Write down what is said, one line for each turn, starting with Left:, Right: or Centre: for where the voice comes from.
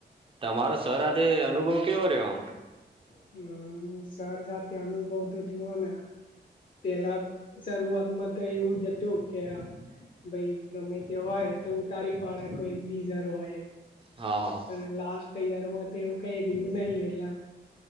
Right: તમારો સર હાથે અનુભવ કેવો રહ્યો આમ?
Left: હમ્મ હમ સર સાથે અનુભવ તો જુઓને પેલા શરૂઆતમાં તો એવું જ હતું કે ભાઈ ગમેતે હોય તો ઉતારી પાડે કોઈ બીજર હોય
Right: હા હ
Left: પણ લાસ્ટ ઈયર માતો એવું કઈ રહ્યું નહી, એટલા